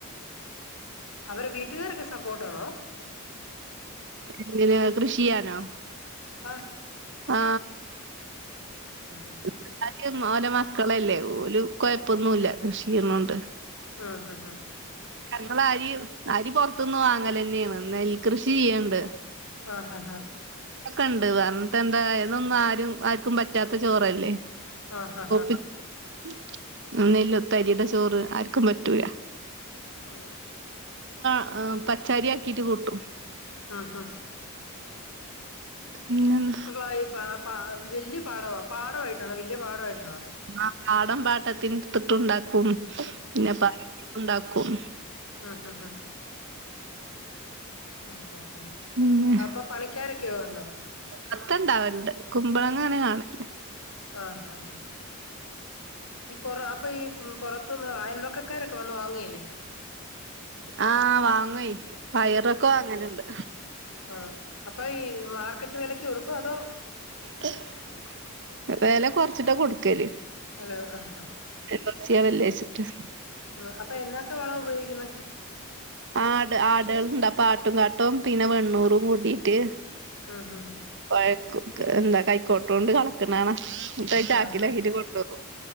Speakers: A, on the left; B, on the right.
A: അവരെ വീട്ടുകാര് ഓക്കേ സപ്പോർട്ട് ആണോ
B: ങ്ങനെ കൃഷിയ്യാനോ
A: ആ
B: ആ
A: ഉം
B: <unintelligible> ഓലെ മക്കളല്ലേ ഒരു കൊഴപ്പൊന്നുല്ല കൃഷി ചെയ്യുന്നുണ്ട്
A: ആ ആ
B: ഞങ്ങൾ അരി അരി പൊർത്ത്ന്ന് വാങ്ങലെന്നേണ് നെൽ കൃഷി ചെയ്യ്ണ്ട്
A: ആ ഹ ഹ
B: ക്കെണ്ട് പറഞ്ഞിട്ടെന്താ കാര്യം ഇതൊന്നും ആരും ആർക്കും പറ്റാ <unintelligible> ചോറല്ലേ
A: ആഹ് ഹ ഹ
B: <unintelligible> നെല്ലുത്തരിടെ ചോറ് ആർക്കും പറ്റൂല
A: ഉം
B: ആ പച്ചാരിയാക്കിട്ട് കൂട്ടും
A: ആ ആ
B: പിന്നെന്താ
A: <unintelligible> വെല്യ പാടാ പാടായിട്ട് വെല്യ പാടായിട്ട്
B: ആ പാടം പാട്ടത്തിന്ട്ത്തുംണ്ടാക്കും പിന്നെ <inaudible> ണ്ടാക്കും
A: ആ ഹ ഹ ആ ഹ ഹ
B: പിന്നെ
A: അപ്പൊ പണിക്കാരൊക്കെയൊണ്ടോ
B: മത്ത ഉണ്ടാവലുണ്ട് കുമ്പളങ്ങ അങ്ങനെ കാണും
A: ആ ആ ഈ പൊറ അപ്പൊ ഈ പൊറത്ത്ന്ന് അയൽവക്കക്കാരൊക്കെ വന്ന് വാങ്ങേല്ലേ
B: ആ വാങ്ങുവേ പയറൊക്കെ വാങ്ങല്ണ്ട്
A: ആ അപ്പൊ ഈ മാർക്കറ്റ് വെലക്ക് കൊടുക്കോ അതോ
B: <inaudible> വെല കൊർച്ചിട്ട കൊടുക്കല്
A: അലോ ആഹ്
B: <unintelligible>
A: ഉം അപ്പൊ എന്നൊക്കെ വളം ഉപയോഗിക്കുന്നേ
B: ആട് ആടാള്ണ്ട് അപ്പൊ ആട്ടും കാട്ടോ പിന്നെ വെണ്ണൂറും
A: ഉം
B: കൂട്ടിട്ട്
A: ഉം ഉം ഉം
B: കൊയക്കും എന്താ കൈക്കോട്ടോണ്ട് കെളക്ക്ണെ കാണ ന്ന്ട്ട് അത് ചാക്കിലാക്കിട്ട്
A: ആഹ് ആഹ്
B: കൊണ്ടോവും